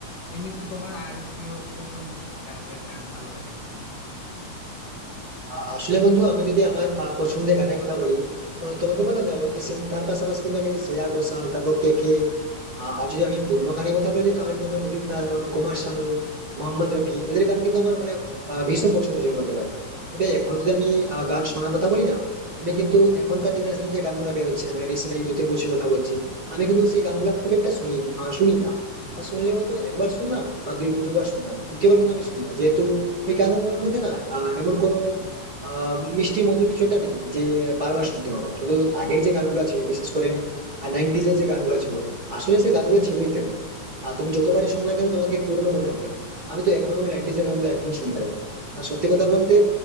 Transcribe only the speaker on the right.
আ- আসলে বন্ধু আমি যদি আমার আ, পছন্দের গানের কথা বলি তো তোমাকে বললাম না অরিজিৎ সিং তার পাশাপাশি কিন্তু আমি শ্রেয়া ঘোষাল তারপর কে কে আর যদি আমি পুরোনো গানের কথা বলি তাহলে কিন্তু আমার উদিত নারায়ণ কুমার শানু মোহাম্মদ রফি এদের গান কিন্তু আমার মানে আ, ভীষণ পছন্দ ছিল বলতে পারি তবে এখন যদি আমি আ, গান শোনার কথা বলি না আমি কিন্তু এখনকার জেনারেশনে যে গানগুলো বেরোচ্ছে মানে রিসেন্ট এই দু তিন বছর কথা বলছি আমি কিন্তু সেই গানগুলো খুব একটা শুনি আ, শুনি না বা শুনলে হয়তো একবার শুনলাম বা দুই দুবার শুনলাম তৃতীয়বার কিন্তু আমি শুনি না যেহেতু ওই গানগুলোর মধ্যে না আহ, এমন কোনো আহ মিষ্টি মধু কিছুটা নেই যে বারবার শুনতে হবে কিন্তু আগের যে গানগুলো ছিল বিশেষ করে নাইনটিজ এর যে গানগুলো ছিল আসলে সে গানগুলো ছিলই তেমন আর তুমি যতবারই শোনো না কেন তোমাকে পুরনো মনে হবে আমি তো এখনো ওই নাইনটিজ এর গানগুলো এখনো শুনে থাকি আর সত্যি কথা বলতে